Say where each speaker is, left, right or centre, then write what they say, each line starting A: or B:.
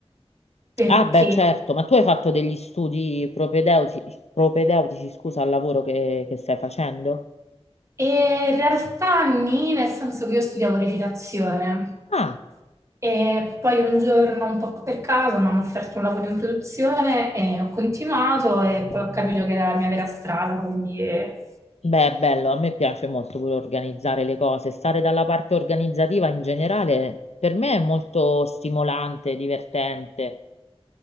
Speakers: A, on the right (about 30°); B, on the left (about 80°).
A: perché
B: Ah, beh, certo, ma tu hai fatto degli studi propedeutici, propedeutici, scusa, al lavoro che che stai facendo?
A: e in realtà nì, nel senso che io studiavo recitazione
B: Ah,
A: e poi un giorno un po' per caso mi hanno offerto un lavoro in produzione e ho continuato e poi ho capito che era la mia vera strada, quindi eh,
B: Beh, è bello, a me piace molto pure organizzare le cose, stare dalla parte organizzativa in generale per me è molto stimolante, divertente,